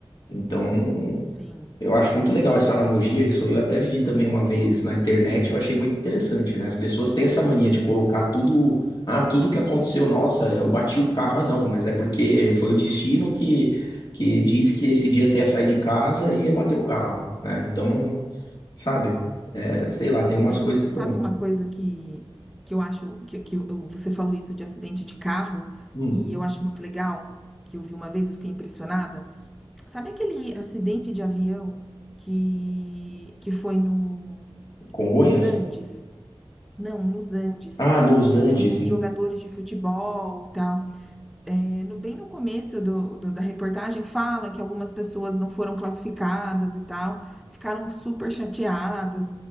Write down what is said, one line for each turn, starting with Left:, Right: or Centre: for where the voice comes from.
Left: Então,
Centre: sim.
Left: eu acho muito legal essa analogia, isso eu até vi também uma vez na internet, eu achei muito interessante, né? As pessoas têm essa mania de colocar tudo, ah, tudo que aconteceu, nossa, eu bati o carro, ah, não, mas é porque foi o destino que, que disse que esse dia você ia sair de casa e ia bater o carro, né? Então, sabe, é, sei lá, tem umas
Centre: Mas
Left: coisas
Centre: você
Left: que
Centre: sabe
Left: eu-
Centre: uma coisa que, que eu acho que, que eu- você falou isso de acidente de carro
Left: hum,
Centre: e eu acho muito legal, que eu vi uma vez, eu fiquei impressionada. Sabe aquele acidente de avião que, que foi no,
Left: Congonhas?
Centre: nos Andes? Não, nos Andes,
Left: Ah, nos Andes.
Centre: que os jogadores de futebol e tal eh, no bem no começo do do da reportagem fala que algumas pessoas não foram classificadas e tal, ficaram super chateadas